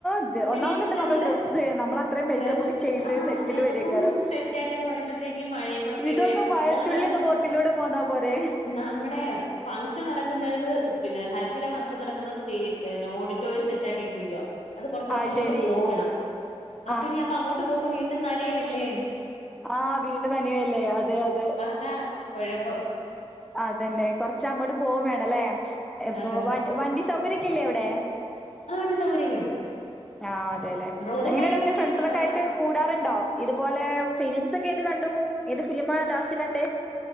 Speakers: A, in the centre; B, on the left.
A: ഇത്
B: പിന്ന
A: ഒന്നാമതുണ്ട്
B: ഇപ്പൊ നമ്മളെ
A: ഡ്രസ്സ് നമ്മൾ അത്രയും മേക്കപ്പ്
B: ഡ്രസ്
A: ഒക്കെ ചെയ്ത്
B: ആ
A: സെറ്റില്
B: മേക്കപ്പും
A: വരേക്കാരോ
B: സെറ്റ് ആയിട്ടൊക്കെ വരുമ്പത്തേക്കും മഴയും കൂടെ പെയ്ത്
A: ഇതൊന്നും
B: കഴിയുമ്പ
A: മഴത്തുള്ളി ഒന്ന് മുഖത്തിലൂടെ പോന്നാ പോരെ
B: <unintelligible> നമ്മടെ ഫംഗ്ഷൻ നടക്കുന്നത് പിന്നെ ഹൽദിയുടെ ഫംഗ്ഷൻ നടക്കുന്ന സ്റ്റേ ഓഡിറ്റോറിയം സെറ്റ് ആക്കിട്ടിരിക്കുവാ അത് കൊറച്ച്
A: ആ
B: അപ്പുറത്തോട്ട്
A: ശരി
B: പോകണം അപ്പ
A: ആ
B: ഇനി അപ്പൊ അങ്ങോട്ട് പോകുമ്പോ വീണ്ടും നനയുവല്ലേ
A: ആഹ്‌ വീണ്ടും നനയുവല്ലെ അതെ അതെ
B: അതാ കുഴപ്പം
A: അതന്നെ കൊറച്ച് അങ്ങോട്ട് പോകു വാണല്ലേ ഇപ്പൊ
B: ആ കുറച്ച്
A: വ
B: ആ
A: വണ്ടി സൗകര്യക്കല്ലേ അവിടെ
B: വണ്ടി സൗകര്യമൊക്കെ ഉണ്ട്
A: ആഹ്‌ അതെല്ലെ
B: റോഡും
A: എങ്ങനെയണ്ട
B: കാര്യങ്ങളൊക്കെ
A: പിന്നെ ഫ്രണ്ട്സിലൊക്കെ
B: ഉണ്ട് കാരണം
A: ആയിട്ട് കൂടാറുണ്ടോ ഇതുപോലെ ഫിലിംസ് ഒക്കെ ഏത് കണ്ടു ഏത് ഫിലിം ലാസ്റ്റ് കണ്ടേ